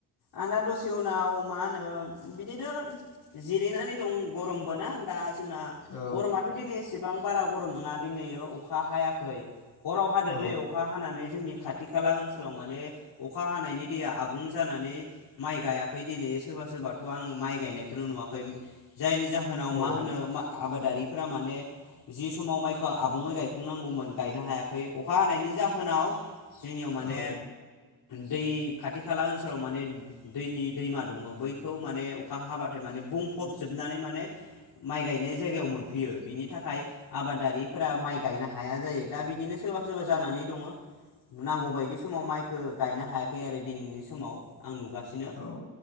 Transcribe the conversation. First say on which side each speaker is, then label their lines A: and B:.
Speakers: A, on the left (about 80°); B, on the left (about 65°).
A: आं दा दसे उनाव मा होनो बिदिनो जिरायनानै दं गरमबोना दा जोंना
B: औ
A: गरमाथ दिनै एसेबां बारा गरम नंङा दिनैओ अखा हायाखै हराव हादो
B: औ
A: दैे अखा हानानै जोंनि खाथि खाला ओनसोलाव माने अखा हानायनि दैया आबुं जानानै माइ गायाखै दिनै सोरबा सोरबाथ आं माइ गायनायखौनो नुवाखै जायनि जाहोनाव
B: औ
A: मा होनो मा आबाद दारिफोरा माने जि समाव माइखौ आबुंङै गायफुंनांगौमोन गायनो हायाखै अखा हानायनि जाहोनाव जोंनियाव माने
B: औ
A: दै खाथि खाला ओनसोलाव माने दैनि दैमा दंङ बैखौ माने अखा हाबाथाय माने बुंफबजोबनानै माने माइ गायनाय जायगायाव मोनफैयो बिनि थाखाय आबादारिफोरा माइ गायनो हाया जायो दा बिदिनो सोरबा सोरबा जानानै दंङ नांगौ बायदि समाव माइखो गायनो हाया खै आरो दिनैनि समाव आं नुगासिनो
B: औ